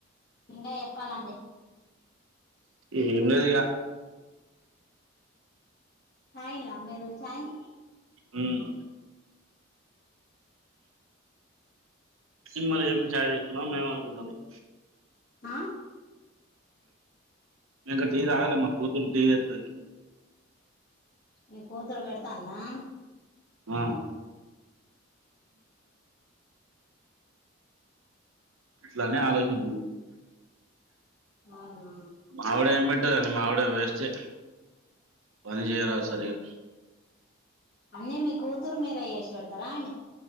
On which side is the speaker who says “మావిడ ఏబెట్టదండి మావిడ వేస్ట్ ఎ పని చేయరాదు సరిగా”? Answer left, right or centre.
Right